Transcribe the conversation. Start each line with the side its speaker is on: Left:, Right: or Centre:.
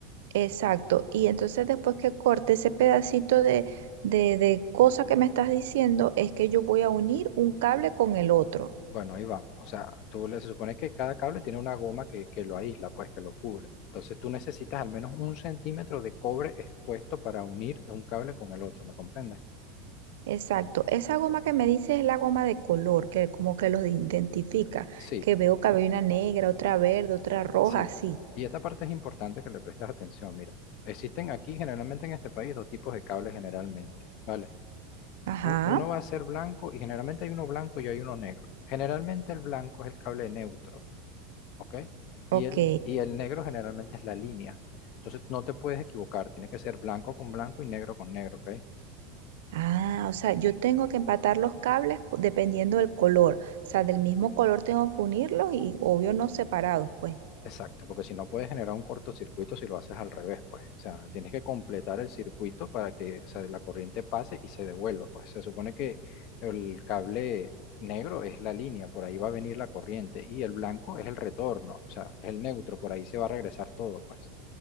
Right: Exacto, y entonces después que corte ese pedacito de, de, de cosa que me estás diciendo, es que yo voy a unir un cable con el otro.
Left: Bueno, ahí vamos. O sea, tú le- se supone que cada cable tiene una goma que, que lo aísla, pues que lo cubre. Entonces tú necesitas al menos un centímetro de cobre expuesto para unir un cable con el otro, ¿me comprendes?
Right: Exacto, esa goma que me dices es la goma de color, que como que los identifica,
Left: Sí,
Right: que veo que había una negra, otra verde, otra roja,
Left: sí.
Right: así.
Left: Y esta parte es importante que le prestes atención, mira. Existen aquí generalmente en este país dos tipos de cables generalmente, ¿vale?
Right: Ajá,
Left: u- Uno va a ser blanco y generalmente hay uno blanco y hay uno negro. Generalmente el blanco es el cable neutro, ¿ok?
Right: ok.
Left: Y el, y el negro generalmente es la línea. Entonces no te puedes equivocar, tiene que ser blanco con blanco y negro con negro, ¿ok?
Right: Ah, o sea, yo tengo que empatar los cables pu- dependiendo del color, o sea, del mismo color tengo que unirlos y obvio no separados, pues.
Left: Exacto, porque si no puedes generar un cortocircuito si lo haces al revés, pues. O sea, tienes que completar el circuito para que, o sea, la corriente pase y se devuelva, pues. Se supone que el cable negro es la línea, por ahí va a venir la corriente, y el blanco es el retorno, o sea, es el neutro, por ahí se va a regresar todo, pues.